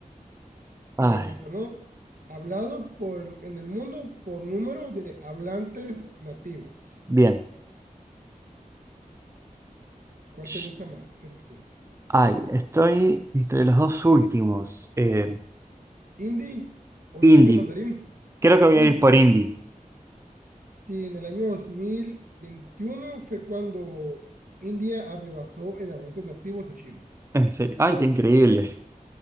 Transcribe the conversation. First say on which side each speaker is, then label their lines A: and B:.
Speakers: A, on the right; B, on the right.
A: Ay,
B: Te repito, ¿no? Hablado por, el- en el mundo por número de hablantes nativos.
A: bien.
B: ¿Cuál
A: Sh-
B: te gusta más? ¿Qué respuesta?
A: Ay, estoy entre los dos últimos. Eh,
B: ¿Hindi o
A: indie.
B: chino mandarín?
A: Creo que voy
B: Hindi.
A: a ir por indie.
B: Sí, en el año 2021 fue cuando India arrebasó en hablantes nativos a chino.
A: En serio.
B: Así
A: Ay,
B: es.
A: qué increíble.